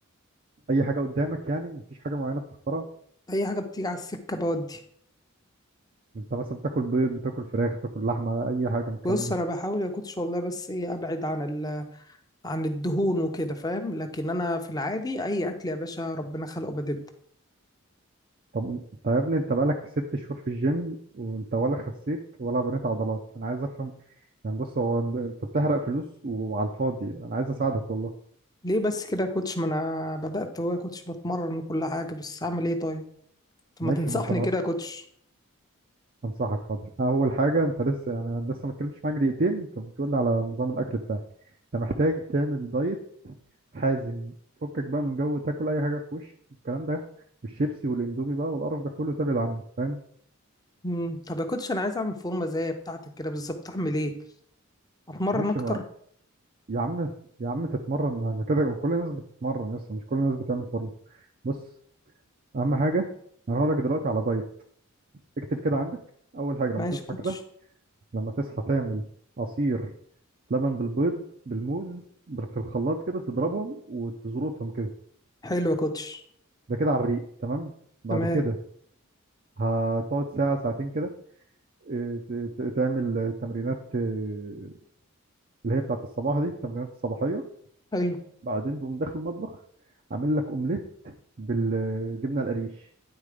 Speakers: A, on the right; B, on the left.
A: اي حاجه قدامك يعني مفيش حاجه معينه بتختارها
B: اي حاجه بتيجي على السكه بودي
A: انت مثلا بتاكل بيض بتاكل فراخ بتاكل لحمه اي حاجه من الكلام
B: بص
A: ده
B: انا بحاول يا كوتش والله بس ايه ابعد عن ال... عن الدهون وكده فاهم لكن انا في العادي اي اكل يا باشا ربنا خلقه بدب
A: طب انت يا ابني انت بقالك ست شهور في الجيم وانت ولا خسيت ولا بنيت عضلات انا عايز افهم يعني بص هو انت بتحرق فلوس وعلى الفاضي انا عايز اساعدك والله
B: ليه بس كده يا كوتش ما انا بدات هو يا كوتش بتمرن وكل حاجه بس اعمل ايه طيب طب
A: ماشي
B: ما تنصحني
A: ما انت
B: كده يا كوتش
A: انصحك حاضر اول حاجه انت لسه يعني أنا لسه ما اتكلمتش معاك دقيقتين انت بتقول لي على نظام الاكل بتاعك انت محتاج تعمل دايت حازم فكك بقى من جو تاكل اي حاجه في وشك الكلام ده والشيبسي والاندومي بقى والقرف ده كله تبعد عنه فاهم
B: مم. طب يا كوتش انا عايز اعمل فورمه زي بتاعتك كده بالظبط اعمل ايه اتمرن
A: ماشي
B: اكتر
A: ما يا عم يا عم تتمرن ما كده ما كل الناس بتتمرن لسه مش كل الناس بتعمل فورمه بص اهم حاجه انا هقول لك دلوقتي على دايت اكتب كده عندك اول حاجه لما
B: ماشي
A: تصحى
B: يا كوتش
A: كده لما تصحى تعمل عصير لبن بالبيض بالموز بال- في الخلاط كده تضربهم وتزرطهم كده
B: حلو يا كوتش
A: ده كده على الريق تمام بعد
B: تمام
A: كده هتقعد ساعة ساعتين كده إيه، ت- ت- تعمل تمرينات إيه، اللي هي بتاعت الصباح دي التمرينات الصباحية
B: حلو
A: بعدين تقوم داخل المطبخ عامل لك أومليت بالجبنة القريش